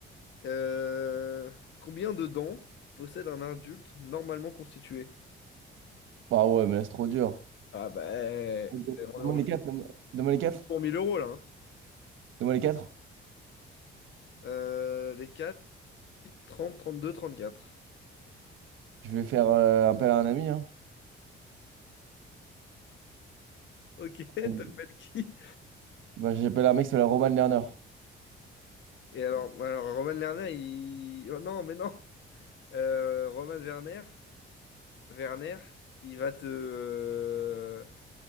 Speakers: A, on the left; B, on the right.
A: Euh, Combien de dents possède un adulte normalement constitué?
B: Bah ouais, mais là, c'est trop dur.
A: Ah, bah. euh,
B: Ok.
A: On
B: Donne-moi
A: est en jeu
B: les quatre. Donne-moi donne-moi les quatre.
A: pour mille euros là. hein.
B: Donne-moi les quatre.
A: Euh, les trente trente deux trente quatre
B: Je vais faire euh, appel à un ami. Hein.
A: Ok, <laughs> t'appelles
B: Vas-y.
A: qui?
B: Bah, j'appelle un mec, c'est la Roman Lerner.
A: Et alors, alors Roman Lerner, il. oh, non, mais non! Euh, Roman Werner, Werner, il va te. euh,